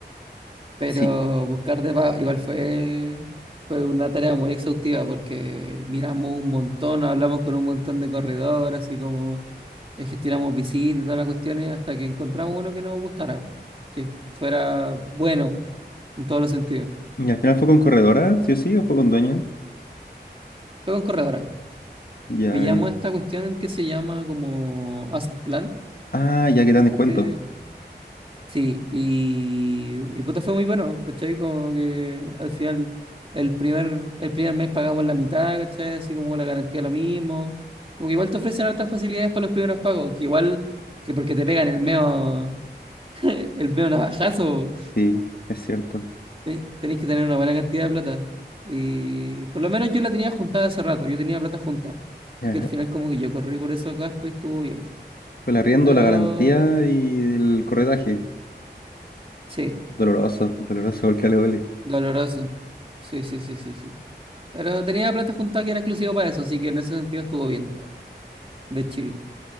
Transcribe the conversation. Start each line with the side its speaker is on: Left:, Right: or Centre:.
Right: Pero
Left: Sí.
Right: buscar de pa- igual fue, fue una tarea muy exhaustiva porque miramos un montón, hablamos con un montón de corredores, así como eh, gestionamos visitas y todas las cuestiones hasta que encontramos uno que nos gustara, que fuera bueno en todos los sentidos.
Left: ¿Y al final fue con corredora, sí o sí, o fue con dueño?
Right: Fue con corredora.
Left: Ya,
Right: pillamos
Left: y...
Right: esta cuestión que se llama como Asset Plan.
Left: Ah, ya que dan descuento.
Right: que- sí, y, y puta, fue muy bueno, ¿cachai? Como que al final, el primer, el primer mes pagamos la mitad, ¿cachai? Así como la garantía lo mismo. Como que igual te ofrecen hartas facilidades para los primeros pagos, que igual que porque te pegan el meo, <laughs> el meo navajazo,
Left: Sí, es cierto.
Right: te- tenés que tener una buena cantidad de plata. Y por lo menos yo la tenía juntada hace rato, yo tenía plata junta.
Left: Ya.
Right: Así que al final como que yo corrí por esos gastos y estuvo bien.
Left: Fue el arriendo,
Right: Pero
Left: la garantía y el corredaje.
Right: Sí,
Left: Doloroso, doloroso porque le duele.
Right: doloroso. Sí, sí, sí, sí, sí. Pero tenía plata juntada que era exclusivo para eso, así que en ese sentido estuvo bien todo, de chill.